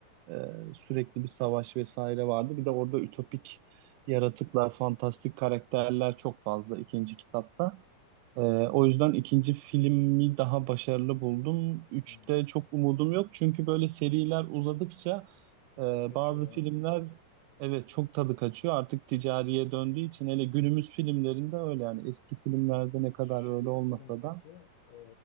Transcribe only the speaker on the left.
hmm,
tadı kaçıyor
değil
mi?
Şeyi
izledim peki.
E,